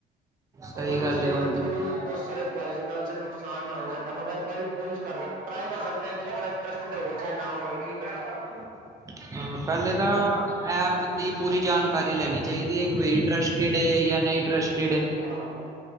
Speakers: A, on the right (about 20°); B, on the right (about 55°).
A: ਸਹੀ
B: ਉਹ ਮੈਂ
A: ਗੱਲ
B: ਕਿਸੇ ਉਹਦੇ
A: ਹੈ ਹੁਣ
B: ਥਰੂ ਦੋਸਰੇ ਪਵਾਏ ਜਾਂਦਾ ਚਲ ਨੁਕਸਾਨ ਨਾ ਹੋਏ ਸਾਡੇ ਇੱਕ ਵਾਰੀ ਕੋਸ਼ਿਸ਼ ਕਰ ਟਰਾਈ ਕਰ ਸਕਦੇ ਹ ਕੀ ਪ ਟਸਟਡ ਹੋਵੇ ਚਾਹੇ ਨਾ ਹੋਵੇ ਕੀ ਪਤਾ
A: <inaudible> ਪਹਿਲੇ ਤਾਂ ਐਪ ਦੀ ਪੂਰੀ ਜਾਣਕਾਰੀ ਲੈਣੀ ਚਾਹੀਦੀ ਹੈ ਕਿ ਬ ਟਰਸਟਡ ਜਾਂ ਨਹੀਂ ਇਸਟ
B: ਹਾਂ